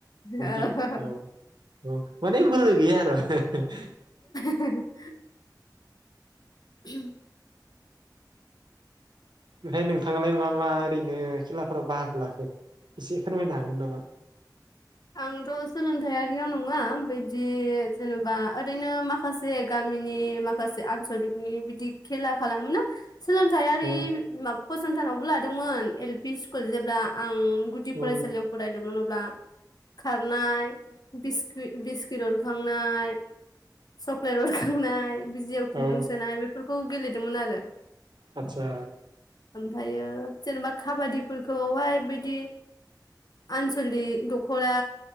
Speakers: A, on the left; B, on the right.
A: औ
B: बिदि औ-औ मोन बे बोलोगैया आरो। <unintelligible>
A: <unintelligible> <unintelligible>
B: ओमफ्राय नोंथाङालाय मा मा ओरैनो खेलाफोराव बाहागो लाखो? एसे फोरमायनो हागोन नामा?
A: आंथ' सोलोंथायाइारियाव नङा बिदि जेनेबा ओरैनो माखासे गामिनि माखासे आनसलिकनि बिदि खेला खालामो ना सोलोंथाइयारि
B: औ
A: माबा सनथानावबो लादोंमोन एल पि स्कुल जेब्ला आं गुदि
B: औ
A: फरायसालियाव फरायदोंमोन अब्ला खारनाय बिस्किट बिस्किट अरखांनाय चक्लेट अरखांनाय। बिजियाव खुन्दुं
B: औ
A: सोनाय बेफोरखौ गेले बिदि मोन आरो
B: आतसा।
A: ओमफ्रायो जेनेबा काबादिफोरखौहाय बिदि आनसलिक दख'रा